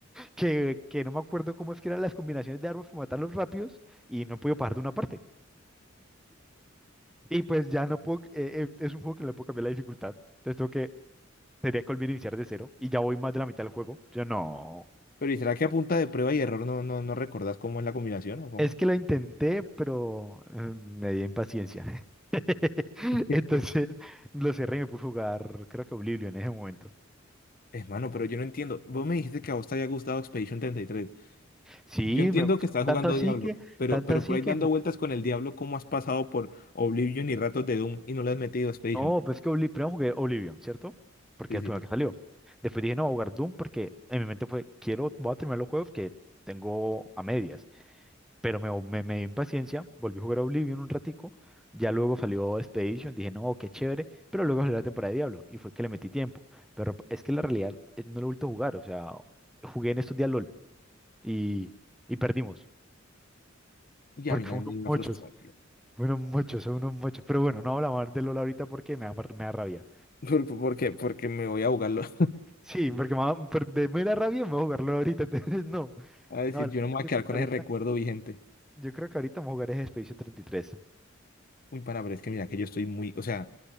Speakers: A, in the centre; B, on the left (about 45°).
A: que, que no me acuerdo cómo es que eran las combinaciones de armas para matarlos rápidos y no he podido pasar de una parte. Y pues ya no puedo, eh, eh, es un juego que no le puedo cambiar la dificultad. Entonces tengo que, tendría que volver a iniciar de cero y ya voy más de la mitad del juego. Yo no.
B: Pero ¿y será que a punta de prueba y error no, no, no recordás cómo es la combinación o cómo?
A: Es que lo intenté, pero eh, me di impaciencia. <laughs>
B: <laughs>
A: Entonces lo cerré y me puse a jugar, creo que Oblivion en ese momento.
B: Es mano, pero yo no entiendo. Vos me dijiste que a vos te había gustado Expedition 33.
A: Sí,
B: Yo entiendo
A: me gusta.
B: que estás
A: Tanto
B: jugando
A: Ah, así
B: Diablo,
A: que,
B: pero,
A: tanto
B: pero
A: así
B: por ahí
A: que
B: dando
A: no,
B: vueltas con el Diablo, ¿cómo has pasado por Oblivion y ratos de Doom y no le has metido a Expedition?
A: no, sí. pues que Obli- primero jugué Oblivion, ¿cierto? Porque
B: Sí,
A: es
B: sí,
A: el primero
B: sí.
A: que salió. Después dije, no, voy a jugar Doom porque en mi mente fue, quiero, voy a terminar los juegos que tengo a medias. Pero me, me, me dio impaciencia, volví a jugar Oblivion un ratico, ya luego salió Expedition, dije, no, qué chévere, pero luego salió la temporada de Diablo y fue que le metí tiempo. Pero es que la realidad eh, no lo he vuelto a jugar, o sea, jugué en estos días LOL y, y perdimos,
B: Y
A: porque
B: a mí también
A: fueron
B: me
A: unos
B: dio una
A: mochos,
B: frustración.
A: fueron unos mochos, son unos mochos. Pero bueno, no hablamos más de LOL ahorita porque me da, mar- me da rabia.
B: <laughs> ¿Por, por qué? Porque me voy a jugarlo. <laughs>
A: Sí, porque me da, por- de mera rabia me voy a jugar LOL ahorita, <laughs> entonces no,
B: A decir,
A: no, yo
B: yo no me voy a quedar
A: creo
B: con
A: que ahorita,
B: ese recuerdo vigente.
A: yo creo que ahorita vamos a jugar es Expedition 33.
B: Uy, pana, pero es que mira que yo estoy muy, o sea,